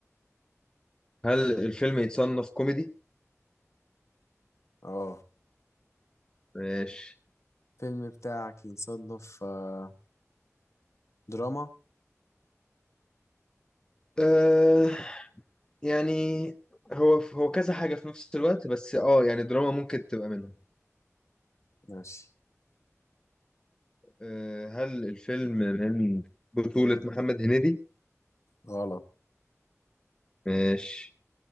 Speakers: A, on the left; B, on the left.
A: هل الفيلم يتصنف كوميدي
B: اه
A: ماشي
B: الفيلم بتاعك ينصنف آه، دراما
A: آه، يعني هو هو كذا حاجة في نفس الوقت بس اه يعني دراما ممكن تبقى منهم
B: ماشي
A: آه، هل الفيلم من بطولة محمد هنيدي؟
B: غلط
A: ماشي